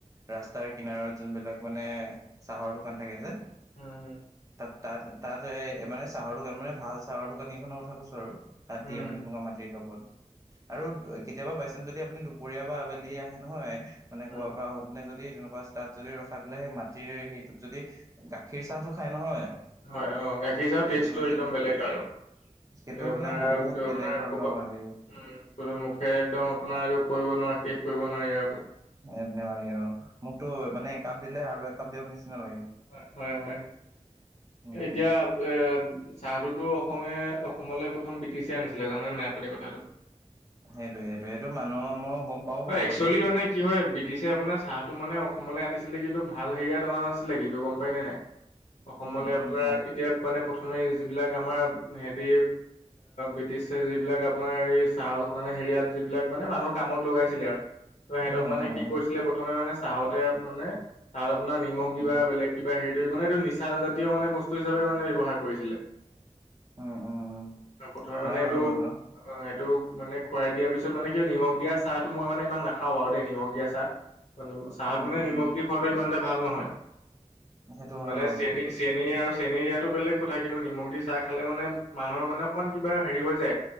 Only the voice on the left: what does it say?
উম, উম।
উম
উম
হয় অ গাখীৰ চাৰ টেষ্টটো
একদম বেলেগ আৰু
এইটো আপোনাৰ
এইটো
আপোনাৰ
ক'বা
উম কোনো মুখে একদম আপোনাৰ আৰু কৰিব নোৱাৰে শেষ কৰিব নোৱাৰে ইয়াৰ পৰা,
হয় হয় হয়।
এতিয়া এ চাহটোতো অসমে অসমলৈ প্ৰথম ব্ৰিটিচ আনিছিলে জানে নাই আপুনি কথাটো,
উম
অ
একচুৱেলি মানে কি হয় ব্ৰিটিছে আপোনাৰ চাহটো মানে অসমলৈ আনিছিলে কিন্তু ভাল হেৰিয়াত অনা নাছিলে কিন্তু গম পায়নে নাই। অসমলৈ
বোলে
এতিয়া মানে প্ৰথমে যিবিলাক আমাৰ হেতি, ব্ৰিটিছে যিবিলাক আপোনাৰ এই চাহ মানে হেৰিয়াত যিবিলাক মানে মানুহৰ কামত লগাইছিলে আৰু ত সিহঁতক
মানে
কি
কৰিছিলে প্ৰথমে মানে চাহতে মানে চাহত আপোনাৰ নিমখ
দিবা বেলেগ কিবা হেৰি কৰি মানে এইটো নি নিচা জাতীয় মানে বস্তু হিচাপে মানে ব্যৱহাৰ কৰিছিলে।
অ প্ৰথমে
মানে
এইটো,
অ এইটো মানে খৰাই দিয়াৰ পিছত মানে কিয় নিমখ দিয়া চাহটো মই মানে ইমান নাখাওঁ বাৰু দেই নিমখ দিয়া চাহ। চাহত
মানে
নিমখ দি খোৱাটো ইমাএটা ভাল নহয়।
মানে
চেনি
চেনি আৰু চেনী দিয়াাতো বেলেগ কথা কিন্তু নিমখ দি চাহ খালে মানে মানুহৰ মানে অকণমান কিবা হেৰি হৈ যায়।